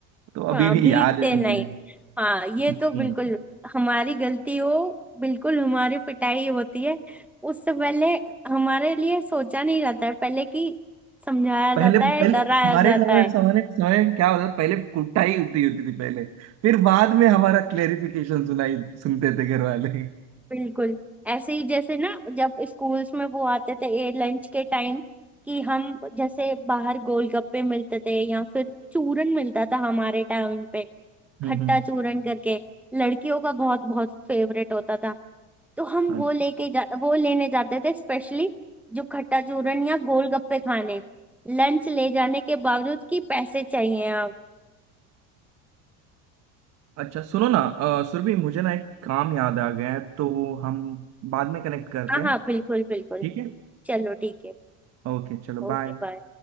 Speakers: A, on the right (about 45°); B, in the centre.
A: तो
B: हाँ
A: अभी भी
B: भीगते
A: याद है
B: नहीं
A: मुझे
B: हाँ ये
A: हम्म।
B: तो बिल्कुल हमारी गलती हो बिल्कुल हमारी पिटाई होती है उससे पहले हमारे लिए सोचा नहीं जाता है पहले की समझाया जाता
A: पहले पहले
B: है डराया
A: हमारे
B: जाता
A: समय
B: है
A: समय समय में क्या होता था पहले कुटाई होती होती थी पहले फिर बाद में हमारा क्लेरिफिकेशन सुनाई सुनते थे घर वाले
B: बिल्कुल ऐसे ही जैसे ना जब स्कूल्स में वो आते थे ए लंच के टाइम कि हम जैसे बाहर गोलगप्पे मिलते थे या फिर चूरन मिलता था हमारे टाइम पे
A: हम्म
B: खट्टा
A: हम्म,
B: चूरन करके लड़कियों का बहुत बहुत फेवरेट होता था तो हम
A: हाँ।
B: वो लेके जा वो लेने जाते थे स्पेशली जो खट्टा चूरन या गोलगप्पे खाने लंच ले जाने के बावजूद कि पैसे चाहिए आप
A: अच्छा सुनो ना अ, सुरभि मुझे ना एक काम याद आ गया है तो हम बाद में कनेक्ट करते
B: हाँ हाँ
A: हैं
B: बिल्कुल बिल्कुल
A: ठीक है
B: चलो ठीक है
A: ओके चलो
B: Okay
A: बाय
B: bye